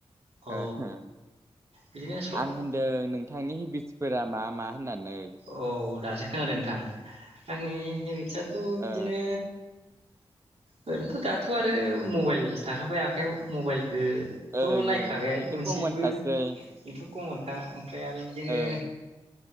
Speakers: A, on the right; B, on the right.
A: औ
B: ओहो
A: बिदिनो स औ
B: आं होनदों नोंथांनि हेबिटसफोरा मा मा होननानै
A: औ दासो खोनादों नोंथां आंनि हेबिटसआ थ बिदिनो
B: ओ
A: ओरैनोथ दाथ आरो मबाइल थाखाबाय आखाइयाव मबाइल थो थ'
B: ओं
A: नाय
B: ओं
A: खाबाय
B: बेथ'
A: मोनसेबो
B: कमन खासै
A: बेथ कमनखा ओमफ्राय आरो बिदिनो
B: ओं